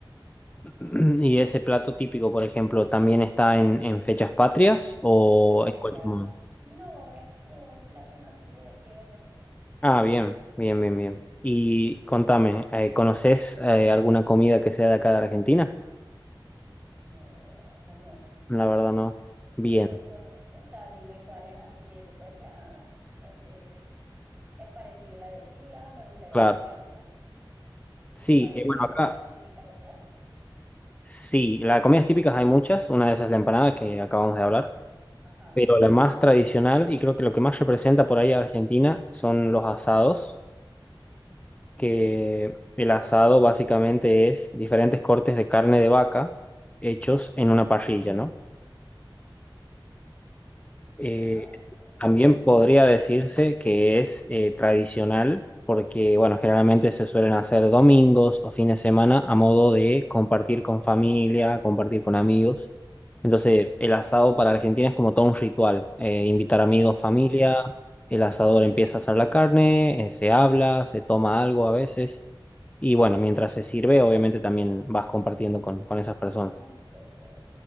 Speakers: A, on the left; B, on the right.
A: <clears throat> ¿Y ese plato típico, por ejemplo, también está en, en fechas patrias o
B: En fecha,
A: en cualquier momento?
B: no, es como un plato nativo de aquí de Venezuela.
A: Ah, bien, bien, bien, bien. Y contame, eh, ¿conoces eh, alguna comida que sea de acá de Argentina?
B: No, de verdad que no.
A: La verdad no. Bien,
B: No conozco. O sea, dime cuál es así que yo te puedo decir, ah, este es Es parecida a la de aquí. Ah, me gustaría
A: claro.
B: comerla. No sé.
A: Sí,
B: ¿Cuáles
A: eh,
B: son
A: bueno,
B: las
A: acá
B: comidas típicas de allá?
A: sí, las comidas típicas hay muchas, una de esas es la empanada que acabamos de hablar,
B: Ajá.
A: pero la más tradicional y creo que lo que más representa por ahí a Argentina son los asados que el asado básicamente es diferentes cortes de carne de vaca hechos en una parrilla, ¿no? Eh,
B: Ah, chévere.
A: también podría decirse que es eh, tradicional porque, bueno, generalmente se suelen hacer domingos o fines de semana a modo de compartir con familia, compartir con amigos. Entonces, el asado para Argentina es como todo un ritual. eh, invitar amigos, familia,
B: Ujú.
A: el asador empieza a asar la carne, eh, se habla, se toma algo a veces. Y bueno, mientras se sirve, obviamente también vas compartiendo con, con esas personas.
B: Ah, chévere.